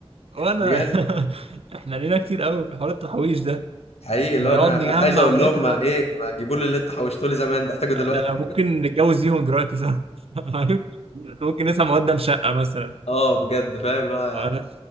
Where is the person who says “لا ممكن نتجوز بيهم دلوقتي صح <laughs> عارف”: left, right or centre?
Right